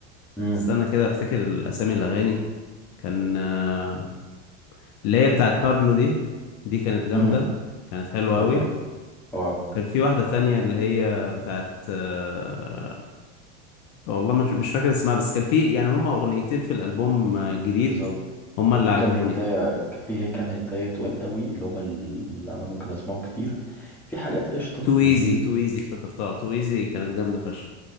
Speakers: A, in the centre; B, on the left.
A: امم
B: استنى كده افتكر الأسامي الأغاني كان آه، اللي هي بتاعت بابلو دي دي كانت جامدة
A: امم
B: كانت حلوة
A: اوكي
B: أوي
A: اه
B: كان في واحدة تانية اللي هي بتاعت آه، والله مش مش فاكر اسمها بس كان في يعني هما اغنيتين في الالبوم آه، جديد
A: بالظبط
B: هما
A: كان
B: اللي
A: في
B: عجبوني
A: كام هتاية كان في هي- كام هتاية تقال قوي اللي هما اللي انا ممكن اسمعهم كتير في حاجات قشطه
B: تو ايزي
A: لذيذه
B: تو ايزي افتكرتها تو ايزي كانت جامده فشخ